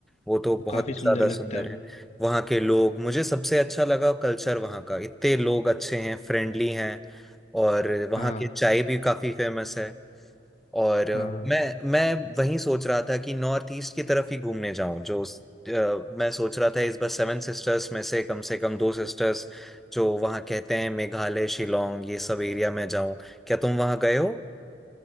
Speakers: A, in the centre; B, on the left.
A: वो तो बहुत
B: काफ़ी
A: ही
B: सुंदर
A: ज्यादा
B: लगता
A: सुंदर
B: है वो
A: है वहाँ के लोग मुझे सबसे अच्छा लगा कल्चर वहाँ का इतने लोग अच्छे हैं फ्रेंडली हैं और वहाँ
B: हाँ
A: की चाय भी काफी फेमस है और
B: हाँ
A: मैं मैं वहीं सोच रहा था कि नॉर्थ ईस्ट की तरफ ही घूमने जाऊं जो अ, मैं सोच रहा था इस बार सेवन सिस्टर्स में से कम से कम दो सिस्टर्स जो वहाँ कहते हैं मेघालय शिलोंग ये सब एरिया में जाऊं क्या तुम वहाँ गए हो